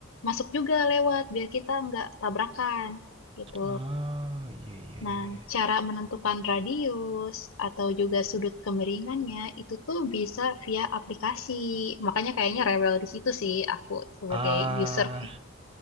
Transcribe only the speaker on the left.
masuk juga lewat. Biar kita nggak tabrakan gitu.
Nah,
cara menentukan radius atau juga sudut kemiringannya itu tuh bisa via aplikasi. Makanya kayaknya rewel di situ sih aku sebagai
user.